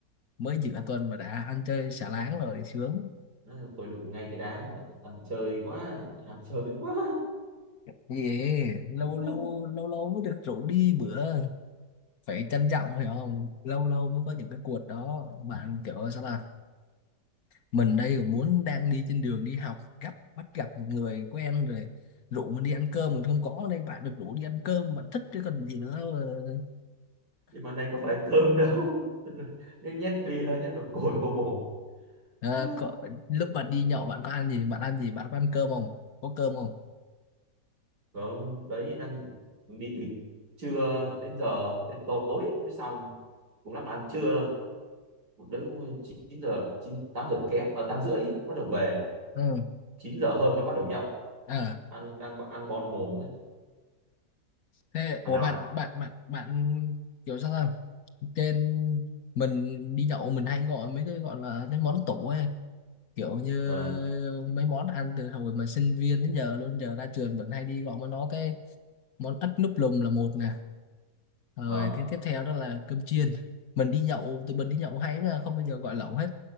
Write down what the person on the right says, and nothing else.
Ừ, tôi đụng ngay cái đám ăn chơi quá ăn chơi quá <laughs>
Ừ,
nhưng mà này có phải cơm đâu <laughs> nhét nhét bia nhét đồ cồn vào mồm
Ừ,
<laughs> vâng đấy đang đi từ trưa đến giờ đến tối mới xong cũng lắm là ăn trưa thôi một đứa 9 giờ 9 8 giờ kém ở 8 rưỡi bắt đầu về
chín giờ hơn mới bắt đầu nhậu
ăn đang ăn bon mồm
thằng
nào
ạ
ờ
ờ